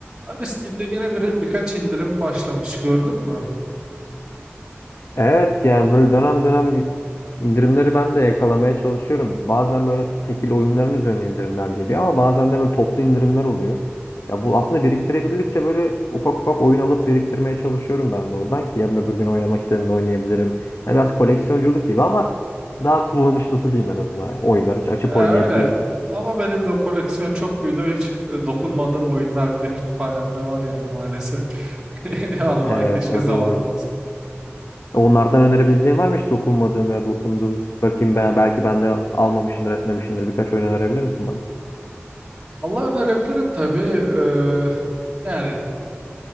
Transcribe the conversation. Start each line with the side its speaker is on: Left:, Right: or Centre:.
Right: Abi Steam'de gene bir, birkaç indirim başlamış gördün mü?
Left: Evet yani böyle dönem dönem indirimleri ben de yakalamaya çalışıyorum. Bazen böyle tekil oyunların üzerine indirimler geliyor ama bazen de böyle toplu indirimler oluyor. Ya bu aslında biriktirebildikçe böyle ufak ufak oyun alıp biriktirmeye çalışıyorum ben de oradan ki yarın öbür gün oynamak istediğimde oynayabilirim. Yani biraz koleksiyonculuk gibi ama daha kullanışlısı diyeyim en azından. Yani Oyunları aç- açıp
Right: E,
Left: oynayabiliyorsun.
Right: öyle. Ama benim de koleksiyon çok büyüdü. Hiç e, dokunmadığım oyunlar bile kütüphanemde var yani maalesef. <laughs> Allah
Left: Evet
Right: keşke
Left: o
Right: zamanım
Left: da oluyor.
Right: olsa.
Left: Onlardan önerebileceğin var mı hiç dokunmadığın veya dokunduğun? Bakayım ben belki ben de almamışımdır etmemişimdir birkaç oyun önerebilir misin bana?
Right: Allah önerebilirim tabii. Ee, yani